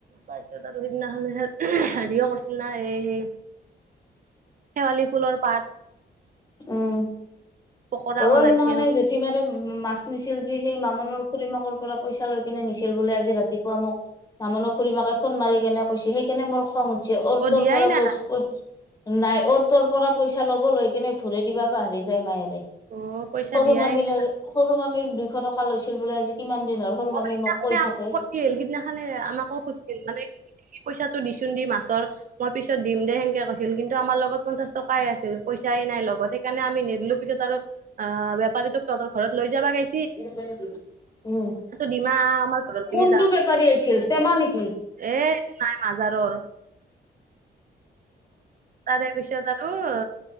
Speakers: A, on the right (about 50°); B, on the left (about 20°).
A: পাইছত আৰু সেইদিনাখন হেৰিও কৰিছিল না সেই সেই শেৱালি ফুলৰ পাত।
B: উম
A: পকৰা
B: অ
A: বনাইছিল।
B: সিদিনাখানে জেঠি মাৰে মাছ নিছিল যি সেই মামনৰ খুুৰী মাকৰ পৰা পইচা লৈ কেনে নিছিল বোলে আজি ৰাতিপুৱা মোক নামনো ফুৰি মাকে ফোন মাৰি কেনে কৈছে সেইকাৰনে মোৰ খং উঠছে অ তোৰ
A: দিয়াই
B: পৰা
A: নাই
B: বস্তু নাই অৰ তোৰ পৰা পইচা ল'ব লৈ কেনে ঘূৰে দিবা প হেৰি যায় মায়োৰে।
A: অ' পইচা
B: সৰু
A: দিয়াই
B: মামীৰ
A: নাই
B: সৰু মামীৰ দুইশ টকা লৈছিল বোলে আজি। কিমান দিন হ'ল সৰু মামী
A: সিদি
B: মোক কৈ
A: আাকছিল
B: থাকে।
A: সিদিনাখনে আমাকো খুজিছিল মানে পইচাটো দিছিল। চুন্দি মাছৰ মই পিছত দিম দে সেংকে কৈছিল কিন্তু আমাৰ লগত পঞ্চাচ টকাই আছিল পইচাই নাই লগত সেইকাৰণে আমি নিদিলো পিছত বেপাৰী তোক তহতৰ ঘৰত লৈ যাবা গৈ
B: এ <unintelligible> উ
A: দিমা আমাৰ ঘৰলৈকে
B: কোনটো
A: যাম
B: বেপাৰী আহিছিল পেমা নেকি?
A: এ এইটো নাই মাজাৰৰ তাৰে পিছত আৰু অ